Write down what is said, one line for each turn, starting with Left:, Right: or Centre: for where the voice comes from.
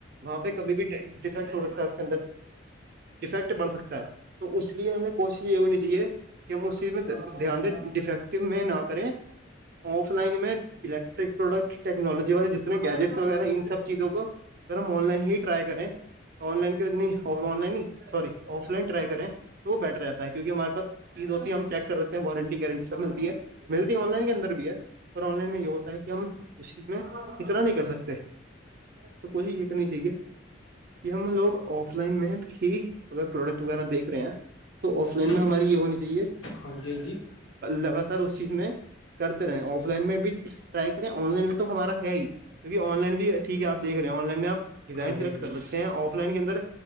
Right: وہاں پہ کبھی بھی اس کے اندر ایفیکٹ پڑھ سکتا ہے تو اس لیے ہمیں کوشش یہ ہونی چاہیے کہ مصیبت میں نہ کریں آف لائن میں الیکٹرک پروڈکٹ ٹیکنالوجی والے جتنے گیجیٹس وغیرہ ہیں ان سب چیزوں کو سر ہم آن لائن ہی رائی کریں آ لن کر نہیں لن ہی سور آف لائن رائی کریں تو بیٹر رہتا ہے کیونکہ ہمارے پاس چیز ہوتی ہے ہم چیک کر لیتے ہیں وارنٹی گارنٹی سب ملتی ہے ملتی آن لائن کے اندر بھی ہے اور آن لائن میں یہ ہوتا ہے کہ ہم اس چیز میں اتنا نہیں کر سکتے تو کوھے یہ کرنی چاہیے کہ ہم لوگ آف لائن میں بھی اگر پروڈکٹ وغیرہ دیکھ رہے ہیں تو اس لائن
Left: دیکھو
Right: میں ہماری یہ ہونی چاہیے
Left: ہاں جی ہاں جی
Right: لگاتار اس چیز میں کرتے رہے آف لائن میں بھی ٹرائی کریں آن لائن میں تو ہمارا ہے ہی کیونکہ آن لائن بھی ٹیک
Left: سدی
Right: آپیک رہے ہیں آن لائن میں آ ڈیزائن
Left: ہاں
Right: سلیکٹ
Left: جی
Right: کر سکتے ہیں آف لائن کے اندر